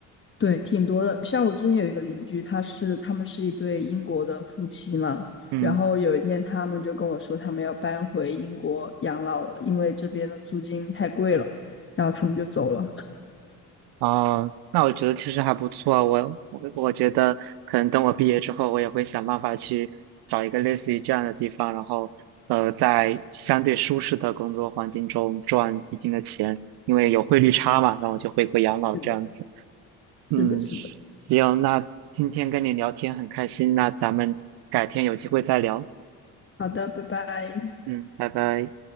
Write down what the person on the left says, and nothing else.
对，挺多的。像我之前有一个邻居，他是他们是一对英国的夫妻嘛，
然后有一天他们就跟我说，他们要搬回英国养老了，因为这边的租金太贵了，然后他们就走了。
<laughs>
是的，
是的，是的。
好的，拜拜。